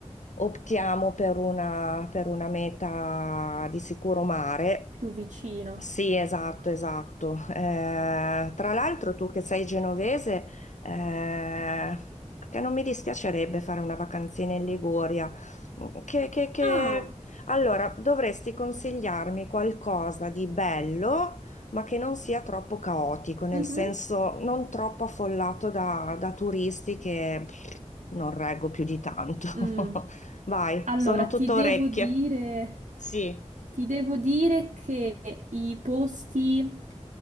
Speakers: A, on the left (about 75°); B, on the right (about 80°).
A: optiamo per una, per una meta di sicuro mare.
B: Più vicino.
A: Sì, esatto, esatto. Eh, tra l'altro tu che sei genovese, eh, che non mi dispiacerebbe fare una vacanzina in Liguria. Mm, Che, che- che-
B: Ah,
A: Allora, dovresti consigliarmi qualcosa di bello, ma che non sia troppo caotico, nel
B: mhm.
A: senso non troppo affollato da, da turisti che pff, non reggo più di tanto.
B: Mm,
A: <laughs> Vai,
B: Allora,
A: sono tutto
B: ti devo
A: orecchie.
B: dire,
A: Sì,
B: ti devo dire che i posti